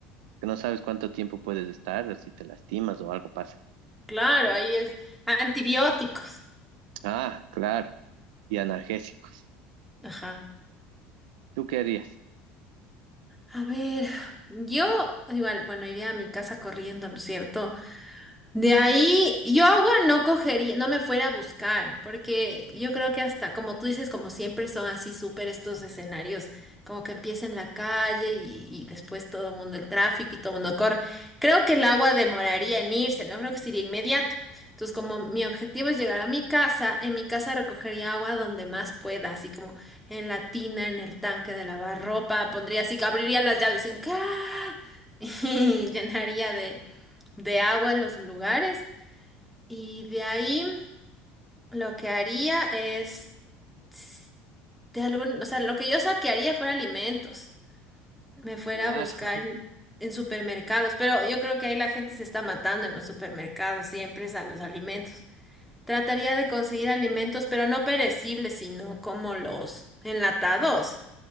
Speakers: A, on the right; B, in the centre.
A: que no sabes cuánto tiempo puedes estar, si te lastimas o algo pasa.
B: Claro, ahí es antibióticos.
A: Ah, claro, y analgésicos.
B: Ajá.
A: ¿Tú qué harías?
B: A ver, yo igual, bueno, iría a mi casa corriendo, ¿no es cierto? De ahí, yo agua no cogería, no me fuera a buscar, porque yo creo que hasta, como tú dices, como siempre son así súper estos escenarios, como que empieza en la calle y, y después todo el mundo, el tráfico y todo el mundo corre. Creo que el agua demoraría en irse, no creo que sería inmediato. Entonces, como mi objetivo es llegar a mi casa, en mi casa recogería agua donde más pueda, así como en la tina, en el tanque de lavar ropa, pondría así, que abriría las llaves, así como que ¡ah! <laughs> y llenaría de de agua en los lugares. Y de ahí lo que haría es, s- de algún, o sea, lo que yo saquearía fuera alimentos. Me fuera
A: Claro,
B: a buscar en, en supermercados, pero yo creo que ahí la gente se está matando en los supermercados, siempre es a los alimentos. Trataría de conseguir alimentos, pero no perecibles, sino como los enlatados.